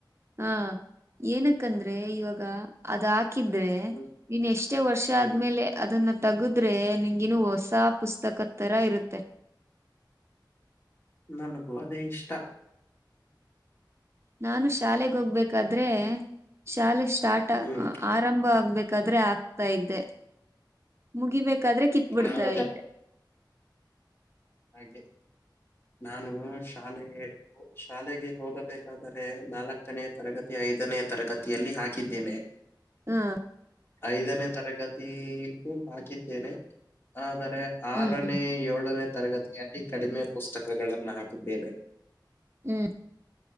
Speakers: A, on the right (about 35°); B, on the left (about 30°).
A: ಹಾ ಏನಕಂದ್ರೆ ಇವಾಗ ಅದ ಹಾಕಿದ್ರೆ
B: ಹ್ಮ್
A: ನೀನ್ ಎಷ್ಟೇ ವರ್ಷ ಆದ್ಮೇಲೆ
B: ಹ್ಮ್
A: ಅದನ್ನ ತಗದ್ರೆ ನಿನ್ಗಿನು ಹೊಸ ಪುಸ್ತಕ ತರ ಇರುತ್ತೆ
B: ನನಗೂ ಅದೇ ಇಷ್ಟ
A: ನಾನು ಶಾಲೆಗೆ ಹೋಗ್ಬೇಕಾದ್ರೆ ಶಾಲೆ ಸ್ಟಾರ್ಟ
B: ಹ್ಮ್
A: ಆರಂಭ ಆಗ್ಬೇಕಾದ್ರೆ ಆಗ್ತಾ ಇದ್ದೆ ಮುಗಿಬೇಕ ಬಾದ್ರೆ ಕಿತ್ ಬಿಿಡ್ತಾ
B: ನಾನು
A: ಇದ್ದೆ
B: ಹಾಗೆ ನಾನು ಶಾಲೆ ಶಾಲೆಗೆ ಹೋಗಬೇಕಾದರೆೆ ನಾಲ್ಕನೇ ತರಗತಿ ಐದನೇ ತರಗತಿಯಲ್ಲಿ ಹಾಕಿದ್ದೇನೆ
A: ಹಾ
B: ಐದನೇ ತರಗತಿೂ ಹಾಕಿದ್ದೇನೆ ಆದ ಆರನೇ
A: ಹ್ಮ್
B: ಏಳನೇ ತರಗತಿಯಲ್ಲಿ ಕಡಿಮೆ ಪುಸ್ತಕಗಳಗಳನ್ನು ಹಾಕಿದ್ದೇನೆ
A: ಹ್ಮ